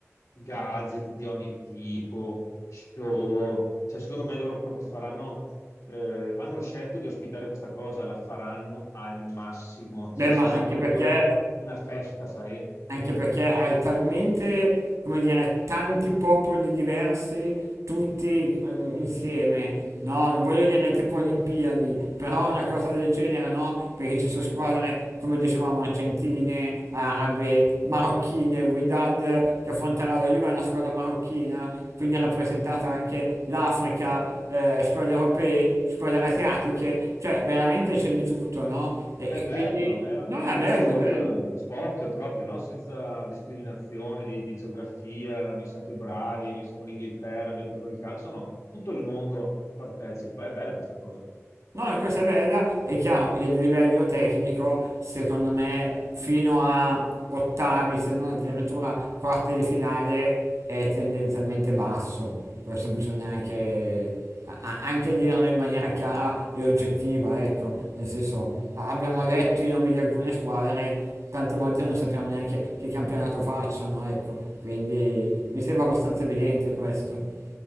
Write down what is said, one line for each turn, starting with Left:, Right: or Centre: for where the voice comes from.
Left: gadget di ogni tipo, show. Cioè, secondo me loro proprio faranno, eh, hanno scelto di ospitare questa cosa, la faranno al massimo. Cioè,
Right: beh, ma
Left: sarà
Right: anche
Left: proprio
Right: perché
Left: una festa, sai?
Right: Anche perché hai talmente, come dire, tanti popoli diversi, tutti ehm, insieme. No, non voglio dire tipo Olimpiadi, però una cosa del genere no, perché ci sono squadre, come dicevamo, argentine, arabe, marocchine, il Wydad che affronterà la Juve è una squadra marocchina, quindi è rappresentata anche l'Africa, eh, squadre europee, squadre asiatiche, cioè veramente c'è di tutto, no? E,
Left: È
Right: e
Left: bello,
Right: quindi
Left: è,
Right: no,
Left: è
Right: è bello,
Left: sport,
Right: è bello.
Left: sport proprio, no? Senza discriminazione di, di geografia, noi siamo più bravi, noi siamo in Inghilterra, abbiamo trovato il calcio, no, tutto il mondo partecipa, è bella questa cosa.
Right: No, questa è bella, è chiaro, il livello tecnico secondo me fino a ottavi, se non addirittura quarti di finale, è tendenzialmente basso. Questo bisogna anche, a- a- anche dirlo in maniera chiara e oggettiva, ecco, nel senso a- abbiamo letto i nomi di alcune squadre, tante volte non sappiamo neanche che campionato facciano, ecco, quindi mi sembra abbastanza evidente questo.